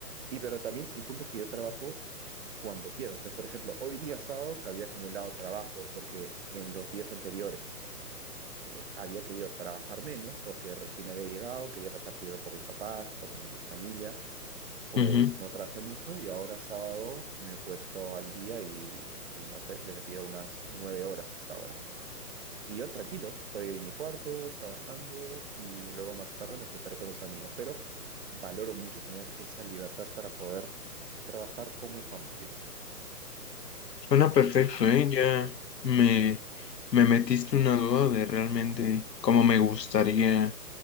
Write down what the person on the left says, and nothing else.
Ujú.
Suena perfecto, ¿eh? Ya me, me metiste una duda de realmente cómo me gustaría.